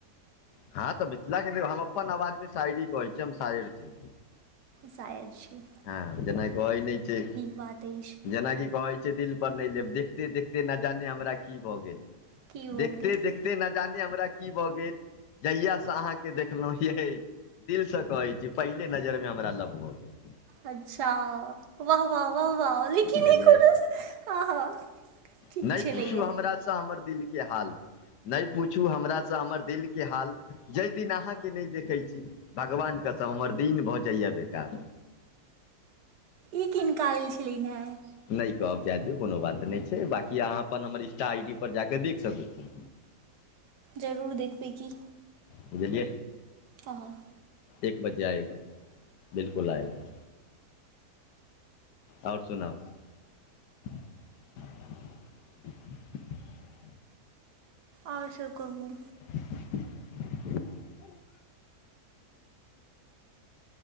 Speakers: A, on the left; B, on the right.
A: हँ तऽ मिथिलाके हम अपन आवाजमे शायरी कहै छी हम शायर छी
B: शायर छै
A: हँ जेना कहै नहि छै
B: बात अछि
A: जेनाकि कहै छै दिल पर नहि लेब देखते देखते नऽ जाने हमरा की भऽ गेल
B: की भऽ
A: देखते
B: गेल
A: देखते नऽ जाने हमरा की भऽ गेल जहिया से अहाँके देखलहु हे दिल से कहै छी पहिले नजर मे हमरा लभभऽ गेल
B: अच्छा वाह वाह वाह वाह लेकिन
A: बुझलियै
B: कोनो हँ हँ ठीक
A: नहि
B: छलैया
A: पूछू हमरासँ हमर दिल के हाल नहि पूछू हमरासँ हमर दिल के हाल जाहि दिन अहाँके नहि देखैत छी भगवानके तऽ हमर दिन भऽ जाइए बेकार
B: ई किनका लेल छलिन हेँ
A: नहि कहब जायत कोनो बात नहि छै बाकी अहाँ अपन हमर इंस्टा आई डी पर जा कऽ देख सकैत छी
B: जरूर देखबै की
A: बुझिलिये
B: हँ
A: एक बजे आएगा बिल्कुल आएगा आओर सुनाब <unintelligible>
B: आओर सब कहू
A: <unintelligible>